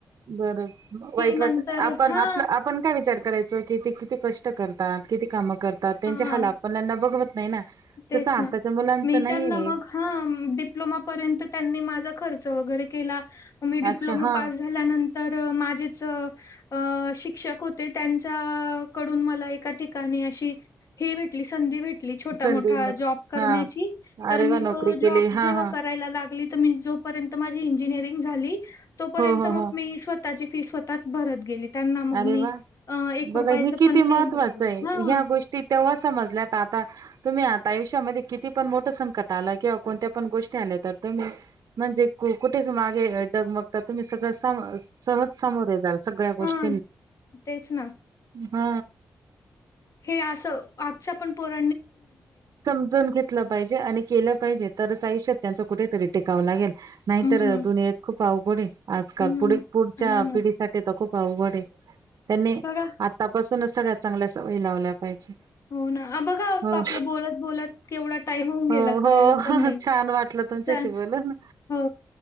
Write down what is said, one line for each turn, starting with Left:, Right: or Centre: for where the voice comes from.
Right: बर वाईट
Left: नंतर
Right: वाटत आपण
Left: हा
Right: आपलं आपण काय विचार करायचं कि किती कष्ट करत हा किती काम करतात त्यांच्या
Left: हा
Right: हाल आपल्याना बघवत नाही ना
Left: तेच
Right: तसं आताच्या
Left: ना
Right: मुलांचं
Left: मी
Right: नाहीये
Left: त्यांना मग हा डिप्लोमा पर्यंत त्यांनी माझा खर्च वगैरे क केिला मी डिप्लोमा
Right: अच्छा हा
Left: पास झाल्यानंत तर माझेच अ शिक्षक होते त्यांच्या कडून मला एका ठिकाणी अशी ही भेटली संधी भेटली छोटा
Right: संधी
Left: मोठ
Right: मग
Left: जॉब करण्याची
Right: हा
Left: तर
Right: अरे
Left: मी
Right: वा नोकरी
Left: तो
Right: केली
Left: जॉब
Right: हा
Left: जेव्हा
Right: हा
Left: करायला लागली तर जोपर्यंत माझी इंजिनिअरिंग झाली तोपर्यंत
Right: हो हो
Left: मग
Right: हो
Left: मी स्व ची फी स्तः भरत गेली त्यांना मग
Right: अरे
Left: मी
Right: वा
Left: अ एक
Right: बघा
Left: रुपयाचं
Right: हे किती
Left: पण
Right: महत्वाचं
Left: नाही दिलं.
Right: आहे
Left: हां,
Right: ह्या गोष्टी तेव्हा समजल्यात आता तुम्ही आता आयुष्यामध्ये किती पण मोठं संकट आलं किंवा कोणत्या पण गोष्टी आल्या तर तुम्ही म्हणजे कुठेच मागे जगमगता तुम्ही सगळ सहज समोरे जाल सगळ्या गोष्टी
Left: ह तेच ना
Right: हा
Left: हे असं आजच्या पण पोर
Right: समजून घेतलं पाहिजे आणि केलं पाहिजे तरच आयुष्या त्यांचं कुठेतरी टिकव ला गे नाहीतर
Left: हं,
Right: दुनियात खूप अवघड आजकाल
Left: हं.
Right: पुढे पुढच्या
Left: हां ना.
Right: पिढीसाठी तर खूप पाऊकडे त्यांनी
Left: बघा
Right: आतापासूनच सगळ्यात चांगल्या सय लावल्या पाहिजे
Left: हो ना बघा
Right: हो
Left: आपलं बोलत बोलत केवढा टाईम होऊन गेला
Right: हो
Left: कळलं पण
Right: हो
Left: नाही
Right: छान वाटलं तुमच्याशी
Left: च
Right: बोलून.
Left: हो